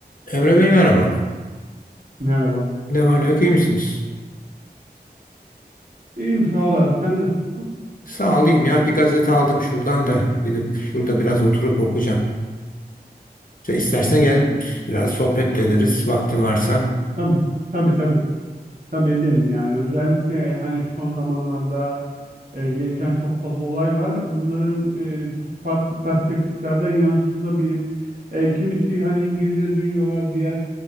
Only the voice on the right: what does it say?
Merhaba.
İyiyim sağ ol abi. Sen nasılsın?
Hmm,
tabii. Tabii tabii. Tabii ederim yani. Özellikle hani son zamanlarda e, gelişen çok fazla olay var. Bunların e, çok farklı perspektiflerden yansıtılabilir. E, kimisi hani İngilizce diyorlar bias,